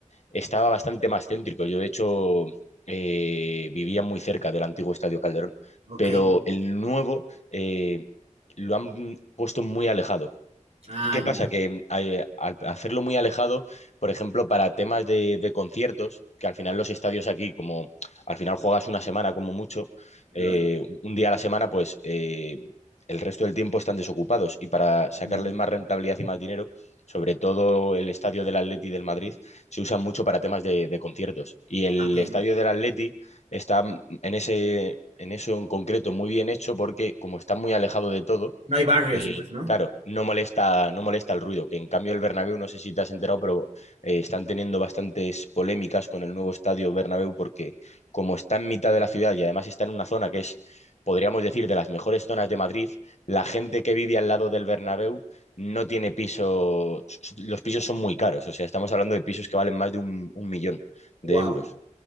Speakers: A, on the left; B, on the right.
A: estaba bastante más céntrico. Yo, de hecho, eh, vivía muy cerca del antiguo Estadio Calderón,
B: Ok.
A: pero el nuevo... eh, lo han puesto muy alejado.
B: Ah,
A: ¿Qué
B: ya.
A: pasa? Que eh, al hacerlo muy alejado, por ejemplo, para temas de, de conciertos, que al final los estadios aquí, como al final juegas una semana como mucho,
B: Lógico.
A: eh, un día a la semana, pues eh, el resto del tiempo están desocupados y para sacarles
B: Mm,
A: más rentabilidad y más dinero, sobre todo el estadio del Atleti del Madrid, se usa mucho para temas de, de conciertos. Y el
B: Ok.
A: estadio del Atleti está mm, en ese, en eso en concreto muy bien hecho porque como está muy alejado de todo,
B: No hay barrios,
A: eh,
B: pues, ¿no?
A: Claro, no molesta, no molesta el ruido, que en cambio el Bernabéu, no sé si te has enterado, pero eh, están teniendo bastantes polémicas con el nuevo estadio Bernabéu porque como está en mitad de la ciudad y además está en una zona que es, podríamos decir, de las mejores zonas de Madrid, la gente que vive al lado del Bernabéu no tiene piso, los pisos son muy caros, o sea, estamos hablando de pisos que valen más de un, un millón
B: Wow.
A: de euros.